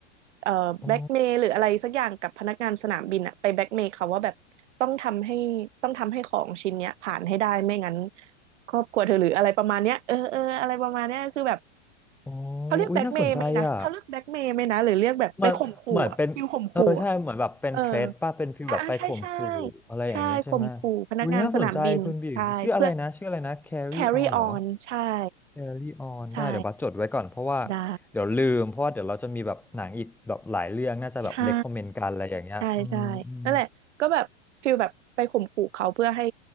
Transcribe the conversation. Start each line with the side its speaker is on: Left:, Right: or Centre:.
Right: เอ่อแบ็กเมย์หรืออะไรสักอย่างกับพนักงานสนามบินอะไปแบ็กเมย์เขาว่าแบบต้องทำให้ต้องทำให้ของชิ้นเนี้ยผ่านให้ได้ไม่งั้น
Centre: อ๋อ
Right: ครอบครัวเธอหรืออะไรประมาณเนี้ยเออเอออะไรประมาณเนี้ยคือแบบ
Centre: อ๋อ
Right: เขาเรียกแบ็กเมย์ไหมนะ
Centre: อุ้ยน่าสนใจอ่ะ
Right: เขาเรียกแบ็กเมย์ไหมนะหรือเรียกแบบไปข่มขู่อะฟิลข่มขู่อะ
Centre: มันเหมือนเป็นเออใช่เหมือนแบบเป็นเทรดป่ะเป็นฟีลแบบไปข่มขู่อะไรอย่างเงี้ยใช่ไหม
Right: เออ อ่าใช่ใช่ใช่ข่มขู่ พนักงานสนามบิน
Centre: วิน่าสนใจคุณบิ่มชื่ออะไรนะชื่ออะไรนะ
Right: ใช่ เพื่อ
Centre: Carry
Right: carry
Centre: On เหรอ
Right: on ใช่
Centre: Carry On
Right: ใช่
Centre: ได้เดี๋ยวบัสจดไว้ก่อนเพราะว่า
Right: ได้
Centre: เดี๋ยวลืมเพราะว่าเดี๋ยวเราจะมีแบบหนังอีกแบบหลายเรื่องน่าจะแบบ
Right: ใช่
Centre: recommend กันอะไรอย่างเงี้ยอืมอืม
Right: ใช่ใช่นั่นแหละก็แบบฟิลแบบไปข่มขู่เขาเพื่อให้